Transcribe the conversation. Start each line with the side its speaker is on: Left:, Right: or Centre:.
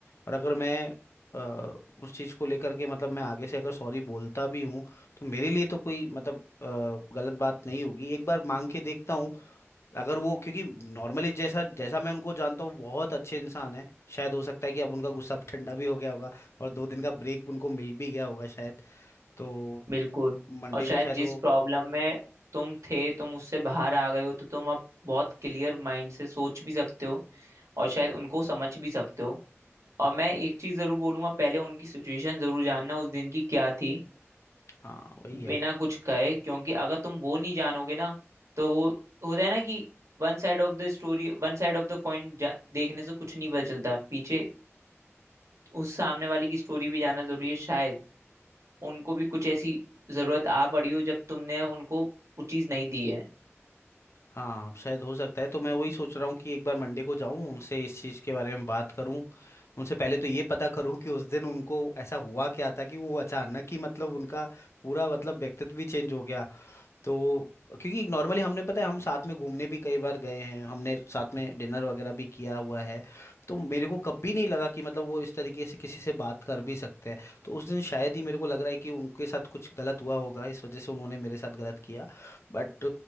Left: और अगर मैं अ, उस चीज़ को लेकर के मतलब मैं आगे से अगर सॉरी बोलता भी हूँ तो मेरे लिए तो कोई मतलब अ, गलत बात नहीं होगी एक बार मांग के देखता हूँ अगर वो क्योंकि नॉर्मली जैसा जैसा मैं उनको जानता हूँ बहुत अच्छे इंसान है शायद हो सकता है कि अब उनका गुस्सा ठंडा भी हो गया होगा और दो दिन का ब्रेक उनको मिल भी गया होगा शायद तो
Right: बिल्कुल
Left: मंडे
Right: और शायद
Left: को शायद
Right: जिस
Left: वो
Right: प्रॉब्लम में तुम थे तुम उससे बाहर आ गए हो तो तुम अब बहुत क्लियर माइंड से सोच भी सकते हो और शायद उनको समझ भी सकते हो और मैं एक चीज जरूर बोलूंगा पहले उनकी सिचुएशन जरूर जानना उस दिन की क्या थी
Left: हाँ वही है
Right: बिना कुछ कहे क्योंकि अगर तुम वो नहीं जानोगे ना तो वो होता है ना कि one side of the story one side of the coin देखने से कुछ नहीं पता चलता पीछे उस सामने वाले की स्टोरी भी जानना जरूरी है शायद उनको भी कुछ ऐसी जरूरत आ पड़ी हो जब तुमने उनको वो चीज नहीं दी है
Left: हाँ शायद हो सकता है तो मैं वही सोच रहा हूँ कि एक बार मंडे को जाऊँ उनसे इस चीज़ के बारे में बात करूँ उनसे पहले तो ये पता करूँ कि उस दिन उनको ऐसा हुआ क्या था कि वो अचानक ही मतलब उनका पूरा मतलब व्यक्तित्व भी चेंज हो गया तो क्योंकि नॉर्मली हमने पता है हम साथ में घूमने भी कई बार गए हैं हमने साथ में डिनर वगैरह भी किया हुआ है तो मेरे को कभी नहीं लगा कि मतलब वो इस तरीके से किसी से बात कर भी सकते हैं तो उस दिन शायद ही मेरे को लग रहा है कि उनके साथ कुछ गलत हुआ होगा इस वजह से उन्होंने मेरे साथ गलत किया बट